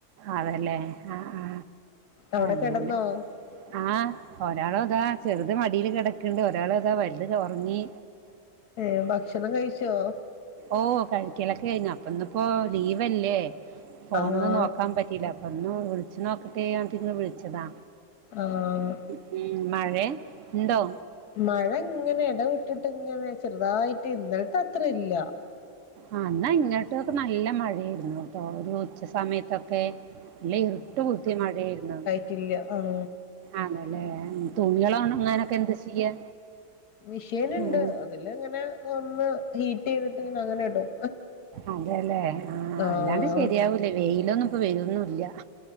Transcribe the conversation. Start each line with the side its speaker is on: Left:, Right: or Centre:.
Right: അതെലെ ആ ആ
Left: അവിടെ
Right: അങ്ങനെ
Left: കിടന്നോ
Right: ആഹ് ഒരാളതാ ചെറുത് മടില് കിടക്ക്ണ്ട് ഒരാൾ അതാ വലിത് ഉറങ്ങി.
Left: ഏഹ് ഭക്ഷണം കഴിച്ചോ?
Right: ഓഹ് കഴിക്കലൊക്കെ കഴിഞ്ഞു അപ്പ ഇന്നിപ്പോ ലീവല്ലേ ഫോണോന്ന്
Left: ആഹ്
Right: നോക്ക അം പറ്റിലാ അപ്പൊ ഒന്ന് വിളിച്ച് നോക്കട്ടെന്ന് എന്നിട്ടങ്ങ് വിളിച്ചതാ
Left: ആഹ്
Right: മ് മഴേ ഇണ്ടോ?
Left: മഴ ഇങ്ങനെ ഇടവിട്ടിങ്ങനെ ചെറുതായിട്ട് ഇന്നലത്തെത്ര ഇല്ല
Right: ആഹ് ന്നാ ഇങ്ങോട്ടൊക്കെ നല്ല മഴെയിരുന്നു. ഇപ്പോ ഒരു ഉച്ച സമയത്തൊക്കെ നല്ല ഇറുട്ട് കുത്തിയ മഴെയിരുന്നു
Left: ട്ടില്ല ആഹ
Right: ആണല്ലേ തുണികളോണങ്ങാനൊക്കെ എന്താ ചെയ്യാ
Left: മിഷീൻ ഇണ്ട്
Right: ഉം
Left: അതില് ഇങ്ങനെ ഒന്ന് ഹീറ്റ് ചെയ്തിട്ട് അങ്ങനെ ഇടും
Right: അതെല്ലെ ആഹ
Left: ആഹ്
Right: അല്ലാണ്ട് ശെരിയാവൂലേ വെയിലൊന്നും ഇപ്പ വരന്നൂല്ല.